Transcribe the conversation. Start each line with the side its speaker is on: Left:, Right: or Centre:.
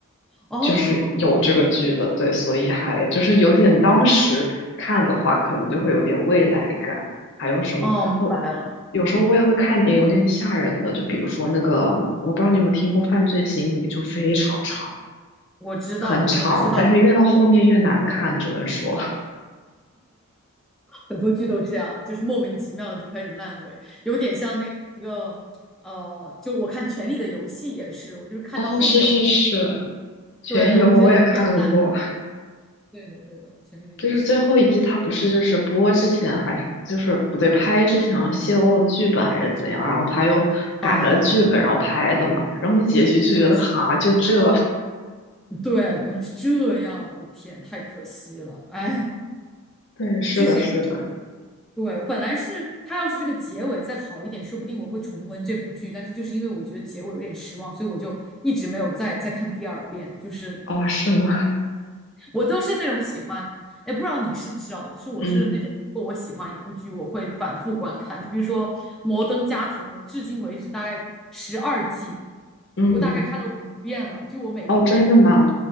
Centre: 哦
Left: 就是有这个剧的，
Centre: 有，
Left: 对，所以还就是有点当时看的话，可能就会有点未来感。还有什么哦？
Centre: 哦，明白了，
Left: 有时候我也会看点有点吓人的，就比如说那个，我不知道你有没有听过《犯罪心理》，就非常长，
Centre: 我知道我知道，
Left: 很长，但是越到后面越难看，只能说，
Centre: 很多剧都这样，就是莫名其妙就开始烂尾，有点像那个，呃，就我看《权力的游戏》也是，我就是看到后面我就，
Left: 哦，是是是，全游我也看过，
Centre: 对，我觉得有一点烂。对的，对的，《权力的游戏》
Left: 就是最后一季，他不是就是播之前还是就是不对，拍之前泄露剧本还是怎样，然后他又改了剧本，
Centre: 哦，
Left: 然后拍的嘛，然后那结局就觉得哈，
Centre: 原来是，
Left: 就这，
Centre: 对，原来是这样，我天，太可惜了，哎，
Left: 对，是的，
Centre: 之前
Left: 是的，
Centre: 对，我本来是他要是这个结尾再好一点，说不定我会重温这部剧，但是就是因为我觉得结尾有点失望，所以我就一直没有再再看第二遍，就是
Left: 哦，是吗？
Centre: 我都是那种喜欢，哎，不知道你是不是哦？就是我是那种，
Left: 嗯
Centre: 如果我喜欢一部剧，我会反复观看。就比如说《摩登家庭》，我至今为止大概十二季，
Left: 嗯，
Centre: 我大概看了五遍了。就我每隔两，
Left: 哦，真的吗？